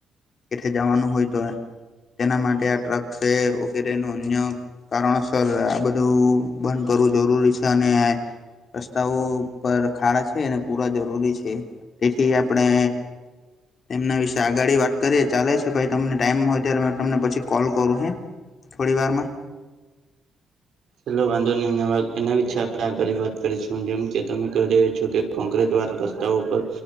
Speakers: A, on the left (about 45°); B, on the right (about 65°).
A: કેઠે જવાનું હોય તો તેના માટે આ ટ્રક <unintelligible> વગેરે નું અન્ય કારણસર આ બધું આ કરવું જરૂરી છે અને રસ્તાઓ પર ખાડા છે એને પૂરવા જરૂરી છે. તેથી આપણે એમના વિશે આગળડી વાત કરીએ ચાલે છે ભાઈ તમને ટાઈમ હોય ત્યારે તમને પછી કોલ કરું હે થોડી વારમાં
B: હેલો વાંધો ને એ એના વિશે આપણે આગળ વાત કરીશું જેમ કે તમે કહી રહ્યા છો કે કોંક્રટ વાળા રસ્તાઓ ઉપર